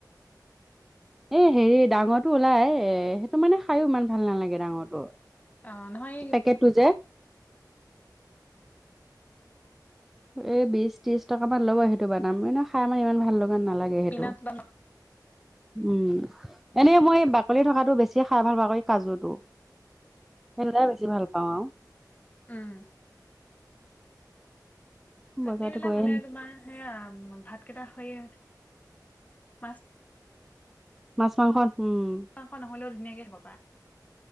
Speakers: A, in the centre; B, on the left.
A: এ হেৰি ডাঙৰটো ওলাই এ সেইটো মানে খাইো ইমান ভাল নালাগে ডাঙৰটো
B: অ নহয় এই
A: পেকেটটো যে এ বিশ ত্ৰিশ টকা মান ল'ব সেইটো বাদাম এনে খাই মানে ইমান ভাল ল'ব নালাগে সেইটো
B: পিনাট বাদাম
A: উম এনে মই বাকলি থকাাতটো বেছি খাই ভাল বাকলি কাজু টো সেইাই বেছি ভাল পাওঁ আৰু
B: উম চাটন
A: বজাৰতো
B: বিলাক
A: গৈয়ে
B: হলে তোমাৰ সেয়া ভাত কেইটা হয় মাছ
A: মাছ মাংস উম
B: মাংস নহ'লেও ধুনীয়াকে খাব পৰা